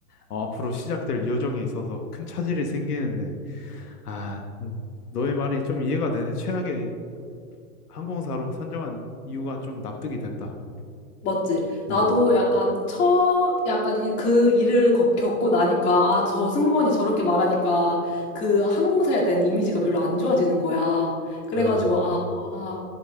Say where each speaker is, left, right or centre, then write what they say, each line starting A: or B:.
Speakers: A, on the left (about 80°); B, on the left (about 25°).
A: 어, 앞으로 시작될 여정에 있어서 큰 차질이 생기는데, 아, 음, 너의 말이 좀 이해가 되네. 최악의 항공사로 선정한 이유가 좀 납득이 된다.
B: 맞지? 나도
A: 음,
B: 약간 처, 약간 이, 그 일을 겪- 겪고 나니까, 아, 저 승무원이 저렇게 말하니까 그 항공사에 대한 이미지가 별로 안 좋아지는 거야. 그래가지고,
A: 아,
B: 아, 아,